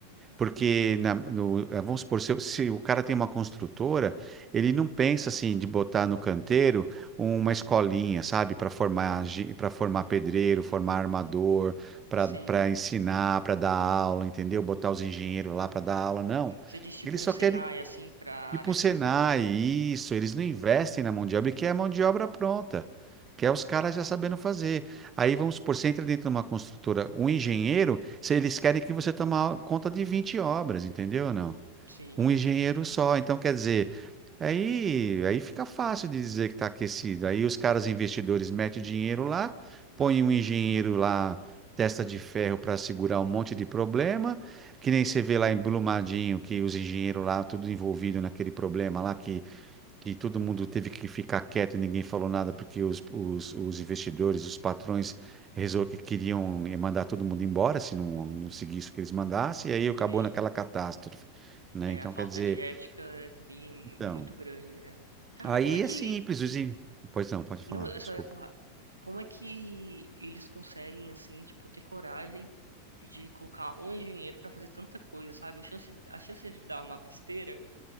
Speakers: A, on the right; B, on the right.
A: Porque, na- no- eh, vamos supor, se, o se o cara tem uma construtora, ele não pensa assim de botar no canteiro uma escolinha, sabe, para formar, para formar pedreiro, formar armador, para
B: Se
A: para ensinar, para dar aula, entendeu? Botar os engenheiros lá para dar aula, não.
B: você diz tipo
A: Eles só
B: um Senai
A: querem
B: assim para
A: Tipo
B: área
A: um
B: de
A: Senai,
B: con-
A: isso, eles não investem na mão de obra, que é a mão de obra pronta, que é os caras já sabendo fazer. Aí vamos supor, você entra dentro de uma construtora, um engenheiro, se eles querem que você tome conta de 20 obras, entendeu ou não?
B: Sim,
A: um engenheiro só. Então, quer dizer, aí, aí fica fácil de dizer que está aquecido. Aí os caras investidores metem o dinheiro lá, põem um engenheiro lá, testa de ferro para segurar um monte de problema, que nem você vê lá em Brumadinho, que os engenheiros lá, tudo envolvido naquele problema lá, que que todo mundo teve que ficar quieto e ninguém falou nada porque os, os, os investidores, os patrões resol- que queriam eh, mandar todo mundo embora se não, não seguisse o que eles mandassem, e aí acabou
B: Sei.
A: naquela catástrofe, né?
B: É,
A: Então,
B: a falta
A: quer dizer,
B: de ética é também é mu-
A: então,
B: é muito grande, né? Cara,
A: aí
B: como é que.
A: é simples, os in- pois não, pode falar,
B: Não, eu
A: desculpa.
B: só ia falar. Como é que eles conseguem, assim, tipo, ter coragem de colocar um engenheiro pra fazer tanta coisa, sabe? A chance, a chance de dar uma besteira